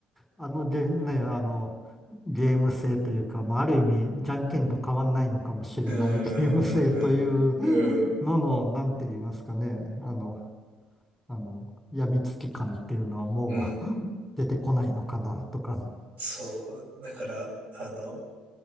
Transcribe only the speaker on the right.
うん。
うん。うん
うん。
そう。だから、あの、